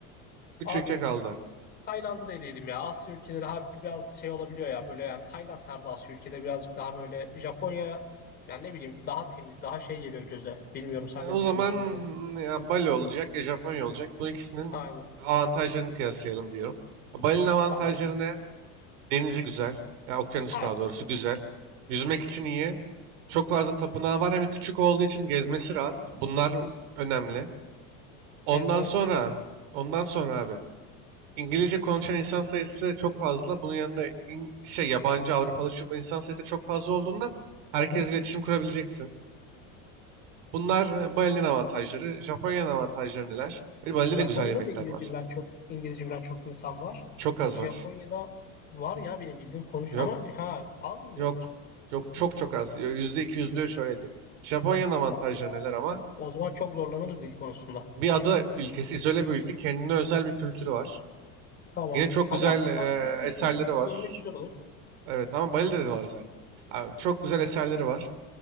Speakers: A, on the right; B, on the left.
A: Üç
B: Abi
A: ülke kaldı.
B: Tayland'ı da eleyelim ya. Asya ülkeleri ha, biraz şey olabiliyor ya. Böyle yani Tayland tarzı Asya ülkeleri birazcık daha böyle Japonya yani ne bileyim daha temiz, daha şey geliyor göze. Bilmiyorum sen
A: E, O
B: ne düşünüyorsun
A: zaman
B: böyle?
A: ya Bali olacak ya Japonya olacak. Bu ikisinin
B: Aynen.
A: avantajlarını kıyaslayalım diyorum. Bali'nin avantajları
B: Tamam.
A: ne? Denizi güzel. Ya okyanus
B: Aynen.
A: daha doğrusu güzel. Yüzmek için iyi. Çok fazla tapınağı var. Hem küçük olduğu için gezmesi rahat.
B: Hı hı.
A: Bunlar önemli. Ondan
B: Evet evet.
A: sonra, ondan sonra abi. İngilizce konuşan insan sayısı çok fazla. Bunun yanında İng- şey yabancı Avrupalı şu bu insan sayısı da çok fazla olduğundan herkes
B: Hı hı.
A: iletişim kurabileceksin. Bunlar e, Bali'nin avantajları. Japonya'nın avantajları neler? Böyle Bali'de
B: Japonya'da
A: de güzel yemekler
B: da İngilizce
A: var.
B: bilen çok İngilizce bilen çok insan var.
A: Çok az
B: Japonya'da
A: var.
B: var ya benim bildiğim konuş
A: Yok
B: ama ha az mı biliyorlar?
A: Yok. Yok çok çok az. yüzde iki %3 öyle diyeyim. Japonya'nın avantajları
B: Hadi ya.
A: neler ama?
B: O zaman çok zorlanırız dil konusunda.
A: Bir ada ülkesi, izole bir ülke. Kendine özel bir kültürü var.
B: Tamam.
A: Yine çok
B: Ama
A: güzel
B: aslında
A: eee,
B: farklı bir kültür
A: eserleri
B: görmek
A: var.
B: güzel olur.
A: Evet ama Bali'de de var zaten. Abi, çok güzel eserleri var.